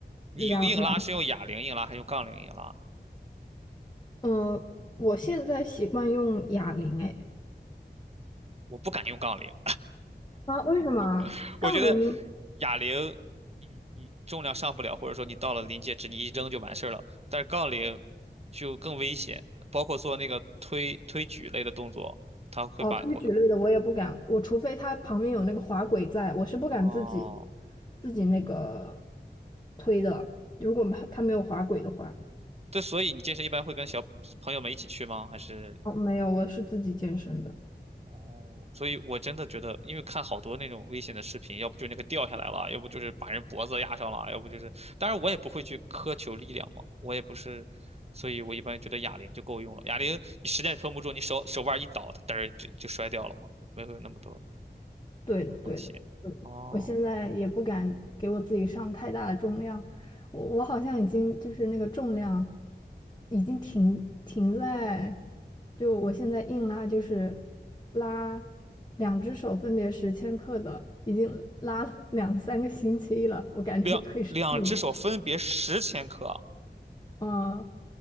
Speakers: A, on the right (about 35°); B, on the left (about 25°).
A: 你用硬拉是用哑铃硬拉还是用杠铃硬拉？
B: 两两，呃，我现在习惯用哑铃，哎，
A: 我不敢用杠铃，
B: 啊，为什么？
A: <laughs>
B: 杠铃？
A: 我觉得哑铃你你重量上不了，或者说你到了临界值你一扔就完事儿了，但是杠铃就更危险，包括做那个推推举类的动作，它会把我
B: 哦，推举类的我也不敢，我除非它旁边有那个滑轨在，我是不敢自己
A: 哦，
B: 自己那个推的。如果它它没有滑轨的话，
A: 对，所以你健身一般会跟小朋友们一起去吗？还是？
B: 哦，没有，我是自己健身的。
A: 哦，所以我真的觉得，因为看好多那种危险的视频，要不就那个掉下来了，要不就是把人脖子压上了，要不就是，当然我也不会去苛求力量嘛，我也不是，所以我一般觉得哑铃就够用了。哑铃你实在撑不住，你手手腕一倒，它嘚儿就就摔掉了嘛，也不会有那么多
B: 对的，对的。
A: 风险。哦，
B: 我现在也不敢给我自己上太大的重量，我我好像已经就是那个重量已经停停在，就我现在硬拉就是拉两只手分别十千克的，已经拉了两三个星期了，我感觉我可以上一点。
A: 两两只手分别十千克啊，
B: 嗯，